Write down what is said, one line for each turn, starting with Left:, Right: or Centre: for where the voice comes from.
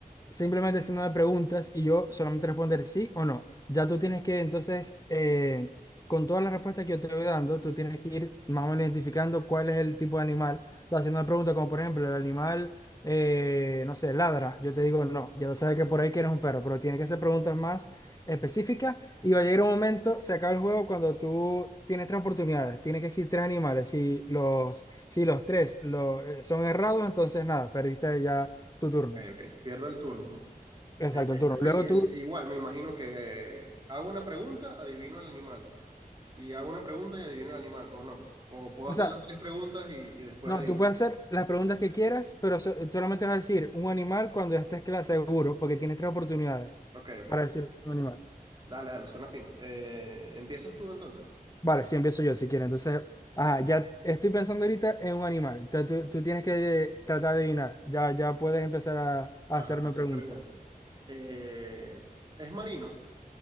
Left: simplemente haciéndome preguntas y yo solamente responder sí o no. Ya tú tienes que, entonces, eh, con todas las respuestas que yo te voy dando, tú tienes que ir más o menos identificando cuál es el tipo de animal. O sea, haciendo una pregunta como, por ejemplo, el animal, eh, no sé, ladra. Yo te digo no, ya tú sabes que por ahí que eres un perro, pero tienes que hacer preguntas más específicas y va a llegar un momento, se acaba el juego cuando tú tienes tres oportunidades, tienes que decir tres animales. Si los, si los tres lo- eh, son errados, entonces nada, perdiste ya tu turno.
Right: Ok, ok. Pierdo el turno. ¿no?
Left: Exacto,
Right: Eh,
Left: el turno.
Right: ay,
Left: Luego
Right: el-
Left: tú,
Right: igual, me imagino que eh, hago una pregunta, adivino el animal. Y hago una pregunta y adivino el animal, o no. O puedo
Left: o
Right: hacer
Left: sea,
Right: las tres preguntas y, y después
Left: no,
Right: adivino.
Left: tú puedes hacer las preguntas que quieras, pero so- solamente vas a decir un animal cuando ya estés cla- seguro, porque tienes tres oportunidades
Right: Ok, ok.
Left: para decir un animal.
Right: Dale, dale, suena fino. Eh, ¿empiezas tú entonces?
Left: Vale, sí, empiezo yo si quieres. Entonces, ajá, ya estoy pensando ahorita en un animal. Entonces, tú, tú tienes que tratar de adivinar. Ya, ya puedes empezar a, a
Right: Ajá,
Left: hacerme
Right: hacer
Left: preguntas.
Right: preguntas. Eh, es marino,